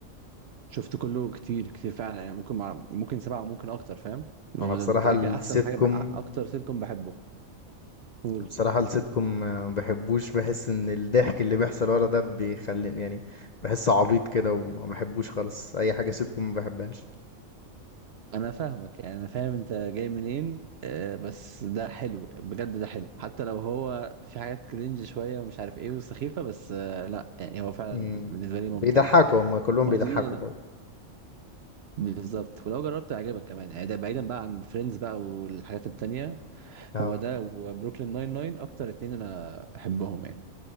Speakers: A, on the right; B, on the left.
A: شفت كله كتير كتير فعلا يعني ممكن مع... ممكن سبعة ممكن أكتر فاهم ما
B: انا
A: هو
B: بصراحة
A: ده ده كده
B: السيت
A: كده أحسن حاجة
B: كوم
A: بح... أكتر سيتكم بحبه قول
B: بصراحة السيت كوم ما بحبوش بحس ان الضحك اللي بيحصل ورا ده بيخليني يعني بحس عبيط كده وما بحبوش خالص اي حاجة سيت كوم ما بحبهاش
A: أنا فاهمك يعني أنا فاهم أنت جاي منين آه بس ده حلو بجد ده حلو حتى لو هو في حاجات كرنج شوية ومش عارف إيه وسخيفة بس آه لا يعني هو فعلا
B: مم.
A: بالنسبة لي
B: بيضحكوا
A: ممتع يعني.
B: هما كلهم
A: وأظن
B: بيضحكوا برضه
A: بالظبط ولو جربت هيعجبك كمان يعني ده بعيدا بقى عن فريندز بقى والحاجات التانية
B: اه
A: هو ده وبروكلين ناين ناين أكتر اتنين أنا بحبهم يعني